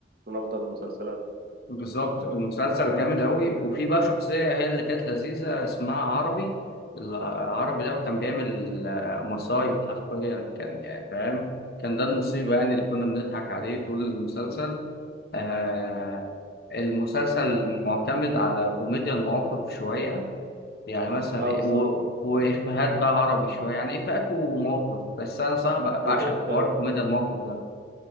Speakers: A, on the right; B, on the left.
A: من افضل المسلسلات
B: بالظبط المسلسل جامد أوي وفي بقى شخصية هي اللي كانت لذيذة اسمها عربي العربي ده كان بيعمل آه، مصايب حرفيا كان يعني فاهم كان ده المصيبة يعني اللي كنا بنضحك عليه طول المسلسل آه المسلسل معتمد على كوميديا المواقف شوية يعني مثلا
A: اه بالظبط
B: و... وإفيهات بقى عربي شوية يعني إفيهات ومواقف بس أنا صعب بعشق
A: انا شفت
B: حوار كوميديا المواقف ده